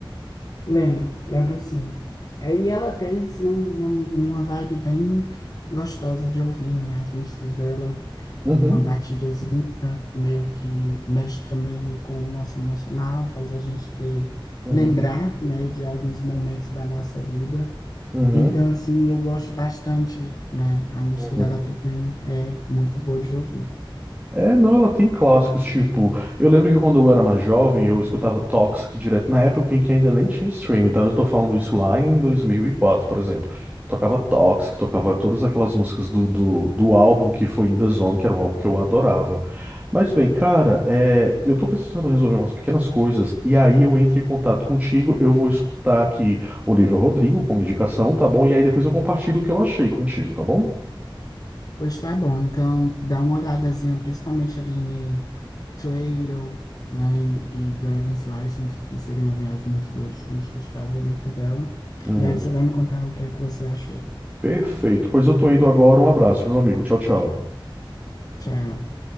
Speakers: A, on the left (about 45°); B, on the right (about 15°).
A: Lembro, lembro sim. É, E ela tem, assim, um, uma, uma vibe bem gostosa de ouvir, né? As músicas dela,
B: Uhum,
A: é uma batidazinha, meio que mexe também ali com o nosso emocional, faz a gente ter,
B: uhum,
A: lembrar, né, de alguns momentos da nossa vida.
B: uhum,
A: Então, assim, eu gosto bastante, né? A música
B: uhum.
A: dela também é muito boa de ouvir.
B: É, não, ela tem clássicos, tipo, eu lembro que quando eu era mais jovem, eu escutava Toxic direto, na época em que ainda nem tinha streaming, então eu tô falando isso lá em 2004, por exemplo. Tocava Toxic, tocava todas aquelas músicas do, do, do álbum que foi In The Zone, que era um álbum que eu adorava. Mas bem, cara, é, eu tô precisando resolver umas pequenas coisas, e aí eu entro em contato contigo, eu vou escutar aqui Olivia Rodrigo como indicação, tá bom? E aí depois eu compartilho o que eu achei contigo, tá bom?
A: Pois tá bom, então dá uma olhadazinha, principalmente ali em Twiddle, né? E, e Driver's License, que seriam ali as minhas duas músicas favoritas dela.
B: Uhum.
A: E aí você vai me contar o que é que você achou.
B: Perfeito. Pois eu tô indo agora. Um abraço, meu amigo. Tchau, tchau.
A: Tchau.